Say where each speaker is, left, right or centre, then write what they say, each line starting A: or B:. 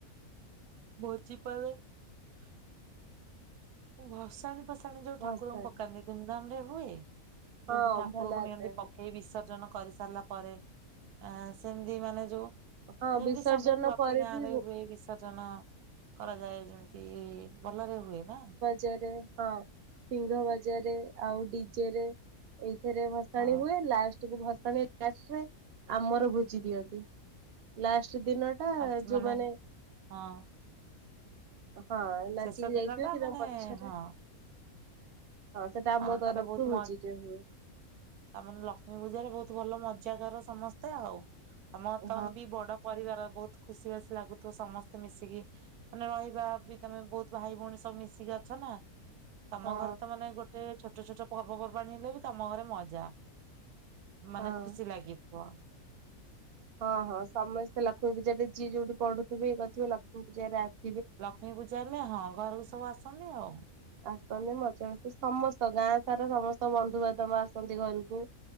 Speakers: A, on the right; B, on the right.
A: ବୋଜିପା <unintelligible> ହୁଁ ଭସାଣି । ପସାଣି ଯଉ
B: ଭସାଣି।
A: ଠାକୁରଙ୍କୁ ପକାନ୍ତି ଧୁମଧାମରେ ହୁ ହୁଏ ।
B: ହଁ
A: ଯୋଉ ଠାକୁରକୁ
B: ଭଲ ଆକାରରେ
A: ନିଅନ୍ତି ପକେଇ ବିସର୍ଜନ କ କରି ସାରିଲା ପରେ ଆ ସେମିତି ମାନେ ଯୋଉ
B: ହଁ
A: ଏମିତି
B: ବିସର୍ଜନ
A: ସବୁ ପ୍ରତି
B: ପରେ
A: ଗାଁରେ
B: ବି
A: ହୁଏ ବିସର୍ଜନ କରାଯାଏ । ଯେମତି ଭଲରେ ହୁଏ ନା ।
B: ଚାରେ ହଁ ସିଙ୍ଘ ବାଜାର ଆଉ ଡିଜେରେ ରେ ଭସାଣି
A: ହଁ
B: ହୁଏ ଲାଷ୍ଟ ସବୁ ଭସାଣି ଲାସ୍ ହୁଏ ଆମର ଭୋଜି ଦିଅନ୍ତି ଲାଷ୍ଟ୍ । ସେଦିନ ଟା
A: ଆ
B: ଯୋଉମାନେ
A: ମାନେ ହଁ
B: ହଁ <unintelligible>
A: ଶେଷ
B: ଯାଇଥିବେ
A: ଦିନ ଟା
B: କି ତାଙ୍କ
A: ମାନେ-
B: ପଛରେ
A: ହଁ।
B: ସେଟା ଆମ
A: ହଁ
B: ତରଫରୁ
A: ।ତାହେଲେ ବହୁତ
B: ଭୋଜିଟେ
A: ମଜ
B: ହୁଏ।
A: ତାମାନେ ଲକ୍ଷ୍ମୀ ପୂଜା ରେ ବହୁତ ଭଲ ମଜ ପୂଜାକର ସମସ୍ତେ ଆଉ। ଆମ
B: ହଁ
A: ତମ ବି ବଡ ପରିବାର ବହୁତ ଖୁସି ବାସି ଲାଗୁଥିବ ସମସ୍ତେ ମିଶିକି ମାନେ ରହିବା ବି ତମେ ବହୁତ ଭାଇ ଭଉଣୀ ସବୁ ମିଶିକି ଅଛ ନା। ତମ
B: ହଁ
A: ଘର ତ ମାନେ ଗୋଟେ ଗୋେ <unintelligible> ଛୋଟ ଛୋଟ ପର୍ବପର୍ବାଣି ହେଲେ ବି ତମ ଘରେ ମଜା। ମାନେ
B: ହଁ।
A: ଖୁସି ଲାଗି ଆ <unintelligible>
B: ହଁ ହଁ। ସମସ୍ତେ ସେ ଲକ୍ଷ୍ମୀପୂଜାରେ ଯିଏ ଯୋଉଠି ପଢୁଥିବେ ଇଏ କରୁଥିବେ ଲକ୍ଷ୍ମୀପୂଜାରେ ଅସ୍
A: ଲକ୍ଷ୍ମୀ ପୂଜା ହେଲେ ହଁ ।ଘରକୁ ସବୁ ଆସ ସେ ଆଉ <unintelligible>
B: ଆସନ୍ତି ମଜାମସ୍ତି ଆସମସ୍ତ ଗାଁ ସାରା ସମସ୍ତ ବନ୍ଧୁବାନ୍ଧବ ଆସନ୍ତି ଘରକୁ।